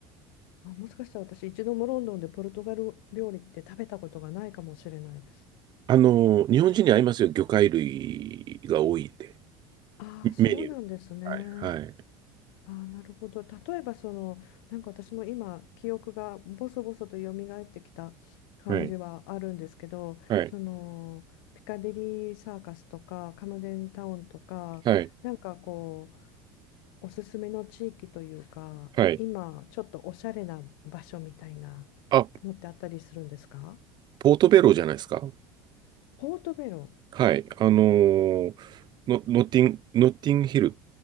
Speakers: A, on the left; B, on the right.
A: あ、もしかしたら私、一度もロンドンでポルトガル料理って食べたことがないかもしれないです。
B: あの、日本人に合いますよ。魚介類が多いんで。
A: ああ、そうなんですね。
B: メニュー。はい。はい。
A: ああ、なるほど。例えば、その、なんか私も今、記憶がボソボソと蘇ってきた感じはあるんですけど、
B: はい。はい。
A: その、ピカデリーサーカスとか、カムデンタウンとか、
B: はい。
A: なんかこう、おすすめの地域というか、
B: はい。
A: 今、ちょっとおしゃれな場所みたいな
B: あ、
A: のってあったりするんですか
B: ポートベローじゃないですか。
A: ポートベロ。
B: はい。あのーの、ノッティン、ノッティンヒル